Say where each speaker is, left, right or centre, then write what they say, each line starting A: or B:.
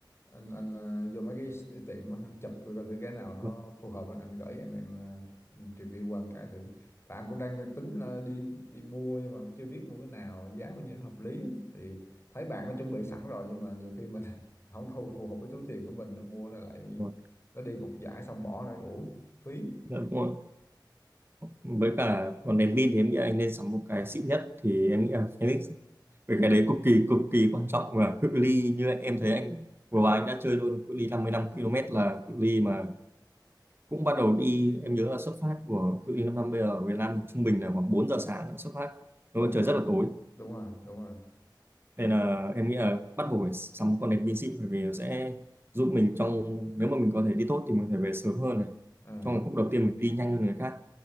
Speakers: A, on the left (about 30°); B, on the right (about 30°).
A: anh anh à, vô mấy cái, s- tiệm á, anh chụp coi thử cái nào nó
B: Vâng,
A: phù hợp anh gửi em em, à, em review qua một cái thử tại anh cũng đang tính là đi đi mua nhưng mà cũng chưa biết mua cái nào giá bao nhiêu nó hợp lý á. thì thấy bạn nó chuẩn bị sẵn rồi nhưng mà nhiều khi mình <laughs> không thu phù hợp với túi tiền của mình nó mua nó lại
B: vâng.
A: nó đi một giải xong bỏ nó uổng phí
B: Dạ, đúng rồi. với cả còn đèn pin thì em nghĩ anh nên sắm một cái xịn nhất thì em nghĩ là Phoenix về cái đấy
A: ừ,
B: cực kỳ cực kỳ quan trọng và cự ly như em thấy anh vừa rồi anh đã chơi luôn cự ly 55 km là cự ly mà cũng bắt đầu đi em nhớ là xuất phát của cự ly 5 năm bây giờ ở Việt Nam thì trung bình là khoảng 4 giờ sáng đã xuất phát
A: đúng
B: Đúng trời
A: rồi
B: rất là tối
A: đúng rồi đúng rồi
B: nên là em nghĩ là bắt buộc phải sắm một con đèn pin xịn bởi vì nó sẽ giúp mình trong nếu mà mình có thể đi tốt thì mình có thể về sớm hơn này
A: à,
B: trong khúc đầu tiên mình đi nhanh hơn người khác